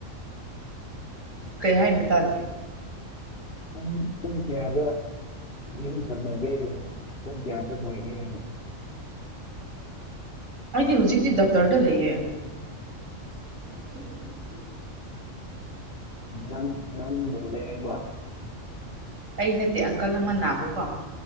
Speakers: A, on the right; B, on the left.
A: ꯀꯩ ꯍꯥꯏꯅꯣ ꯇꯥꯗꯦ
B: ꯄꯨꯡ ꯄꯨꯡ ꯀꯌꯥꯗ ꯌꯨꯝ ꯍꯟꯅꯒꯦ ꯄꯨꯡ ꯀꯌꯥꯘ ꯂꯣꯢꯒꯦ ꯍꯑꯝ
A: ꯑꯩꯗꯤ ꯍꯧꯖꯤꯛꯇꯤ ꯗꯛꯔꯗ ꯂꯩꯌꯦ <inaudible>
B: ꯅꯪ ꯅꯪ <unintelligible>
A: ꯑꯩ ꯅꯠꯇꯦ ꯑꯪꯀꯜ ꯑꯃ ꯅꯥꯕꯀꯣ